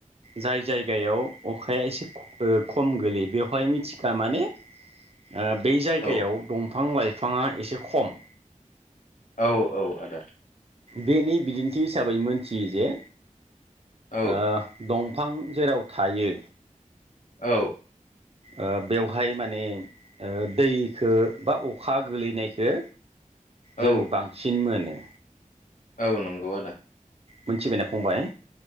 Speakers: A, on the right; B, on the left.
A: जाय जायगायाव अखाया एसे ओ खम गोलैयो बेवहाय मिथिखा माने ओ बै जायगायाव
B: औ
A: दंफां लाइ फिफाङा एसे खम
B: औ औ आदा
A: बेनि बिदिन्थि हिसाबै मोनथियो जे
B: औ
A: ओ दं फां जेराव थायो
B: औ
A: ओ बेवहाय माने ओ दैखो बा अखा गोलैनायखो
B: औ
A: जों बांसिन मोनो।
B: औ नंगौ आदा
A: मोनथिबायना फंबाय?